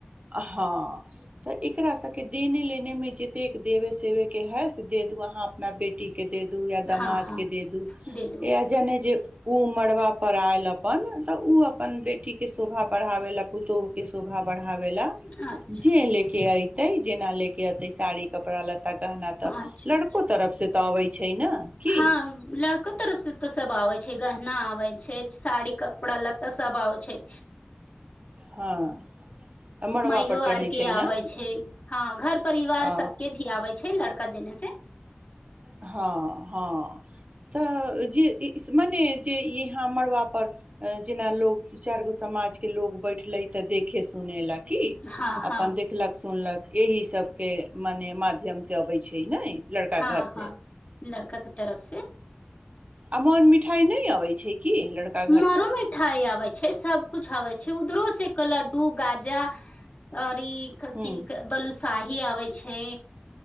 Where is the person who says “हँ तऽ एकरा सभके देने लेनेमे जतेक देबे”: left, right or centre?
Right